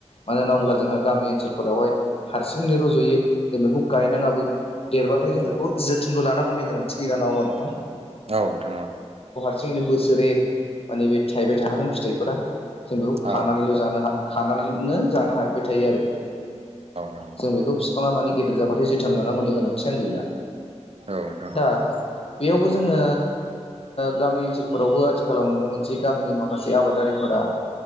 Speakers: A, on the left; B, on the right.
A: मानो होनना बुोब्ला जोंहा गामि ओनसोलफोरावहाय हारसिङैनो रज'यो जों बेखौ गायनाङाबो देरबाथाय जों
B: औ
A: बेखौ जोथोनबो लानांगौनि गोनांथि गैला नङा मा नोंथां?
B: औ नोंथां
A: जनो बोसोरै माने बे थाइबाय थाहागोन फिथाइफोरा जों बेखौ खानानैल'
B: औ नोंथां औ नोंथां औ नोंथां औ नोंथां औ
A: जानो हा खानानै खानानैनो‌ जानो हाबाय थायो।
B: औ नोंथां औ
A: जों बिखौ फिफां डिजिटाल लानांगौनि गोनांथि आं गैला
B: औ द
A: दा बेयावबो जोङो गामि ओनसोलफोरावबो आथिखालाव नुनो मोनसै गामिनि माखासे आबादारिफोरा